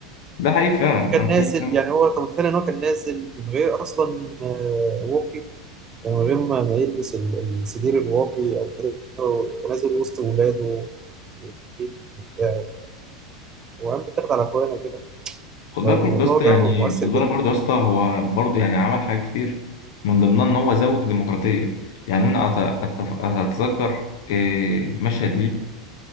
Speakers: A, on the left; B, on the right.
A: ده حقيقي فعلا أنا
B: كان
A: شايف ده.
B: نازل
A: حقيقي فعلا.
B: يعني هو انت متخيل ان هو كان نازل من غير اصلا آه، واقي يعني من غير ما ما يلبس ال- السدير الواقي او كده ونازل وسط ولاده والجيش وبتاع وقام بيتاخد على اخوانه كده
A: خد بالك
B: فالموضوع
A: برضه يا اسطى
B: ده
A: يعني
B: مؤثر
A: خد بالك
B: جدا
A: برضه يا اسطى هو برضه يعني عمل حاجات كتير من ضمنها ان هو زود الديمقراطيه يعني انا أت- أتف- اتذكر إيه، مشهد ليه